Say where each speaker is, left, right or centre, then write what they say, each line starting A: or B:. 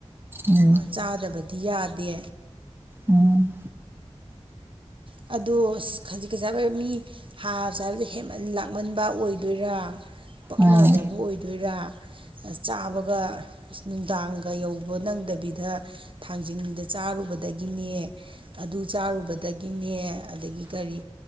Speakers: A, on the right; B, on the right.
A: ꯎꯝ
B: ꯆꯥꯗꯕꯗꯤ ꯌꯥꯗꯦ
A: ꯎꯝ
B: ꯑꯗꯣ ꯈꯖꯤꯛ ꯈꯖꯤꯛ ꯃꯤ ꯍꯥꯔ ꯆꯥꯕꯗ ꯍꯦꯃꯟ ꯂꯥꯛꯃꯟꯕ ꯑꯣꯏꯗꯣꯏꯔꯥ ꯄꯛꯅꯗꯕ
A: ꯎꯝ
B: ꯑꯣꯏꯗꯣꯏꯔꯥ ꯆꯥꯕꯒ ꯅꯨꯡꯗꯥꯡꯒ ꯌꯧꯕ ꯅꯪꯗꯕꯤꯗ ꯊꯥꯡꯖꯤꯡꯗ ꯆꯥꯔꯨꯕꯗꯒꯤꯅꯦ ꯑꯗꯨ ꯆꯥꯔꯨꯕꯗꯒꯤꯅꯦ ꯑꯗꯒꯤ ꯀꯔꯤ